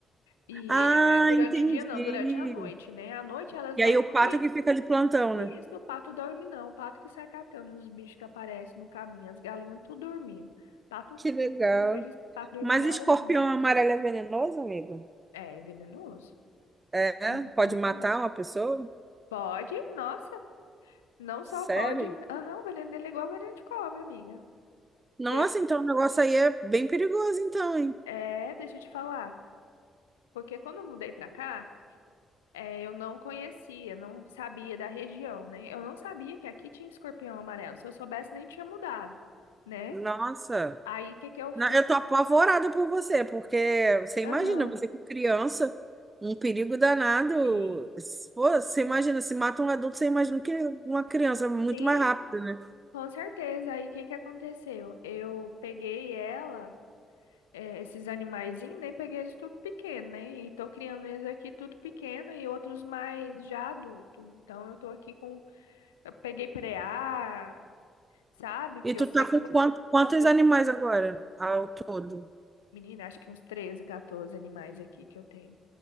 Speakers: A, on the left (about 80°); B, on the right (about 25°).
A: E
B: Ah,
A: é, durante
B: entendi.
A: o dia não, durante a noite, né? À noite elas
B: E
A: vai
B: aí o
A: tudo
B: pato
A: e
B: é que fica de plantão, né?
A: e isso, o pato dorme não. O pato que sai catando os bichos que aparecem no caminho, as galinhas tudo dormindo. Pato,
B: Que legal.
A: não vejo esse pato dormindo
B: Mas escorpião
A: hora nenhuma.
B: amarelo é venenoso, amigo?
A: É venenoso,
B: É?
A: muito
B: Pode
A: venenoso.
B: matar uma pessoa?
A: Pode, nossa. Não
B: Sério?
A: só pode. Aham, o veneno dele é igual veneno de cobra, amiga.
B: Nossa,
A: Você-
B: então o negócio aí é bem perigoso, então, hein?
A: É, deixa eu te falar. Porque quando eu mudei pra cá, é, eu não conhecia, não sabia da região, né? Eu não sabia que aqui tinha escorpião amarelo. Se eu soubesse, nem tinha mudado, né?
B: Nossa.
A: Aí, o que que eu fiz?
B: Na- Eu tô apavorada por você, porque você
A: Aham.
B: imagina, você com criança, um perigo danado.
A: Sim,
B: Se- Pô, você imagina, se mata um adulto, você imagina que uma criança é muito
A: sim,
B: mais rápida, né?
A: com certeza. Aí, o que que aconteceu? Eu peguei ela. é, esses animaizinhos, né? Peguei eles tudo pequeno, né? E tô criando eles aqui tudo pequeno e outros mais já adulto. Então eu tô aqui com. Eu peguei preá, sabe? Porque
B: E tu
A: eu sei
B: tá com
A: que o. ro-
B: quant- quantos
A: Doido.
B: animais agora ao todo?
A: Menina, acho que uns 13, 14 animais aqui que eu tenho.